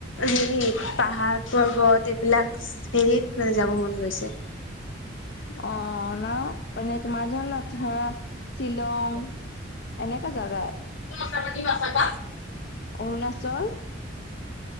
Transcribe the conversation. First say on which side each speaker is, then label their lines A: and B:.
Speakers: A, on the left; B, on the left.
A: হেৰিত পাহাৰ পৰ্বত এইবিলাক হেৰিত মানে যাব মন গৈছে
B: অ ন মানে তোমাৰজন ধৰা শ্বিলং এনেকা জাগাত
A: কথা পাতিবা কথা
B: অৰুণাচল